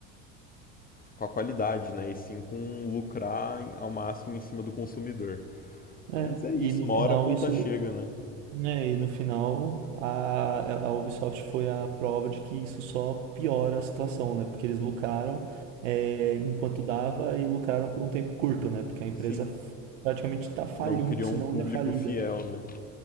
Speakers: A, on the left; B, on the right.
A: com a qualidade, né? E sim com lucrar ao máximo em cima do consumidor.
B: É,
A: Mas é isso,
B: e no
A: uma
B: final
A: hora a conta
B: isso.
A: chega, né?
B: né, e no final a, a Ubisoft foi a prova de que isso só piora a situação, né? Porque eles lucraram é, enquanto dava e lucraram por um tempo curto, né? Porque a empresa
A: Sim,
B: f- praticamente está falindo,
A: não criou
B: se
A: um
B: não
A: público
B: já falida.
A: fiel, né?